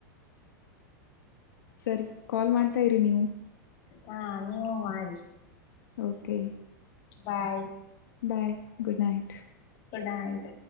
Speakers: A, on the left; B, on the left.
A: ಸರಿ ಕಾಲ್ ಮಾಡ್ತಾ ಇರಿ ನೀವು.
B: ಹಾ ನೀವು ಮಾಡಿ.
A: Okay
B: bye
A: bye good night
B: good night.